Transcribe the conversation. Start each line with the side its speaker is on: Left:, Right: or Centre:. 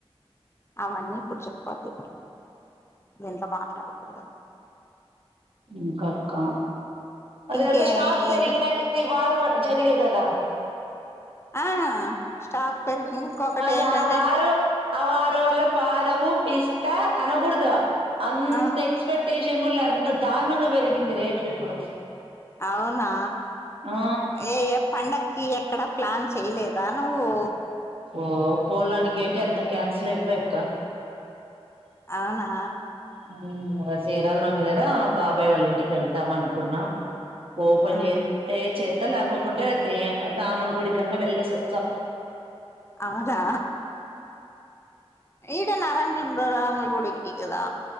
Left: అవన్నీ ఇప్పుడు చెప్పద్దు ఎంత మాట్లాడుత
Right: ఇంక అక్క అదె
Left: ఇంకేమి
Right: ఒక స్టార్క్ పెరిగినయ్
Left: ఏం చేస్
Right: ఇది వాడు పోయి ఇ జరిగే గదా
Left: ఆ స్టాక్ పెరిగి ఇంకొకటి
Right: మాకు
Left: ఏంటంటే
Right: ఆ వారు ఆ వాడు వాళ్ళ బాధవు పిస్తా అనగూడదు అంత
Left: ఆ
Right: ఎక్స్పెక్ట్ షం కు అంత దారుణంగా పెరిగింది రేట్లు ఇప్పుడు
Left: అవునా
Right: ఆ
Left: ఏయ పండక్ ఈ ఎక్కడా ప్లాన్ చేయలేదా నువ్వు
Right: ఓ పోలానికి ఏంటే అంత క్యాన్సిల్ అయిపోయాక్క
Left: అవునా
Right: ఇంకేమి మొన్న శ్రీరామనవమి కదా బాబాయ్ వాళ్ళ ఇంటికి వెళ్తాం అనుకున్నాం ఓపన్
Left: ఆ
Right: చేస్తే చే అత్తా లేకుంటే రామని గుడి కన్నా వెలేసివచ్చా
Left: అవునా ఈట నరంలం రాములు కూడాడి కదా